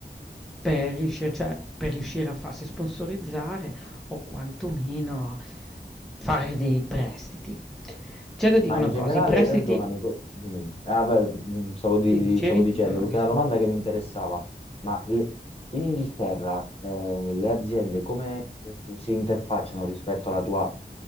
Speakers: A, in the centre; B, on the left.
A: per riuscire, cioè, per riuscire a farsi sponsorizzare o quantomeno fare dei prestiti. C'è da dire
B: Ma
A: una
B: in generale,
A: cosa, i prestiti...
B: perdonami, po- mm, ah, beh, mm, stavo, di-
A: Sì, dicevi?
B: stavo dicendo,
A: No, no,
B: perché
A: dicevi.
B: è una domanda che mi interessava, ma le- in Inghilterra eh, le aziende come mm, si interfacciano rispetto alla tua